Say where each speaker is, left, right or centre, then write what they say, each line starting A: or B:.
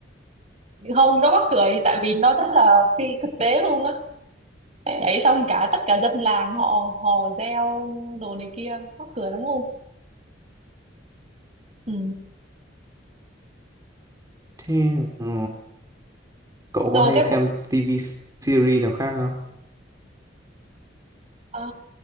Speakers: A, on the right (about 35°); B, on the right (about 20°).
A: không nó mắc cười tại vì nó rất là phi thực tế luôn á nhảy xong cả tất cả dân làng họ hò reo đồ này kia mắc cười lắm luôn ừ.
B: Thế ờ, cậu
A: rồi
B: có hay
A: cái
B: xem
A: bộ-
B: TV series nào khác không?
A: Ờ,